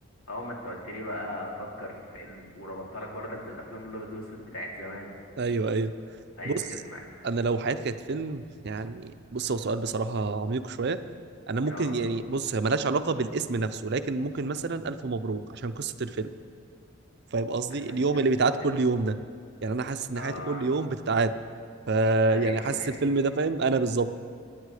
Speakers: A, on the left (about 75°); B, on the right (about 55°).
A: اه ما انت قلت لي بقى فكر في فيلم وربطت لك برضك بالافلام الابيض والاسود بتاعت زمان
B: ايوه ايوه
A: اي
B: بص
A: خدمه
B: انا لو حياتي كانت فيلم يعني بص هو سؤال بصراحة عميق شوية انا ممكن
A: اه
B: يعني بص هي ملهاش علاقة بالاسم نفسه لكن ممكن مثلا ألف مبروك عشان قصة الفيلم فاهم قصدي
A: عشان
B: اليوم
A: قصه
B: اللي بيتعاد كل
A: ال
B: يوم ده يعني انا حاسس ان
A: اه
B: حياتي كل يوم بتتعاد ف
A: ايوه
B: يعني حاسس
A: ايوه
B: الفيلم ده فاهم انا بالظبط